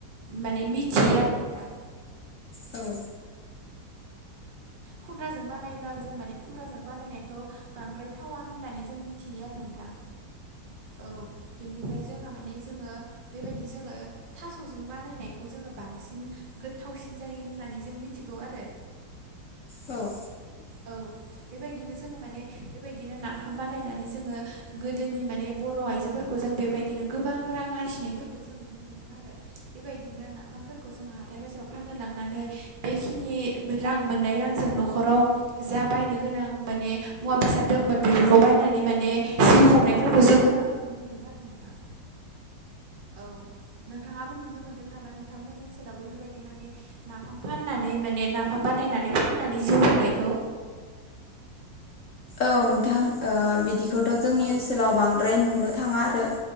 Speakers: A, on the right (about 35°); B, on the left (about 70°).
A: माने मिथियो आरो नोंथां।
B: औ।
A: खुमब्राजों बानायब्ला जों माने खुमब्राजों बानायनायखौ बांद्राय थावा होननानै जों मिथियो आरो नोंथां। औ बेनिफ्राय जोंहा माने जोङो बेबायदि जोङो थास'जों बानायनायखौ जोङो बांसिन गोथावसिन जायो होननानै जों मिथिगौ आरो।
B: औ।
A: औ बेबायदिनो जोङो माने बेबायदिनो नाफाम बानायनानै जोङो गोदोनि माने बर' आइजोफोरखौ जों बेबायदिनो गोबां रां आरजिनायफोरखौ जों नुनो मोनो। आरो बेबायदिनो नाफामफोरखौ जोङो हाथाय बाजाराव फाननो लांनानै बेखिनि रां मोननाय रांजों न'खराव जा बायनो गोनां मोने मुवा बेसाद दोङोमोन बेफोरखौ बायनानै माने जिउ खुंनायफोरखौ जों गोबां नुनो मोन्दों आरो नोंथां। औ नोंथाङाबो नुनो मोनदों नामा नोंथांमोननि ओनसोलाव बेफोरबायदि माने माने नाफाम फाननानै माने नाफाम बानायनानै फाननानै जिउ खुंनायखौ।
B: औ नोंथां
A: औ
B: ओ बिदिखौथ'‌ जोंनि
A: औ
B: ओनसोलाव बांद्राय नुनो थाङा आरो।